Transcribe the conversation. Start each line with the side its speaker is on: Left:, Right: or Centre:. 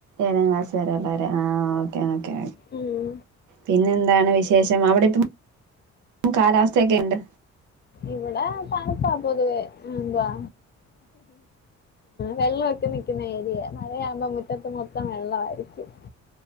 Right: ഏതാം ക്ലാസ് വരെയുള്ളോരേ ആ ഓ ഓക്കേ
Left: ഉം.
Right: പിന്നെ എന്താണ് വിശേഷം അവിടെ നമ കാലാവസ്ഥയൊക്കെ ഉണ്ട്
Left: ഇവിടെ തണുപ്പാ പൊതുവേ എന്തുവാ വെള്ളമൊക്കെ നിക്കുന്ന ഏരിയെ മഴയാവുമ്പോ മുറ്റത്ത് മൊത്തം വെള്ളായിരിക്കും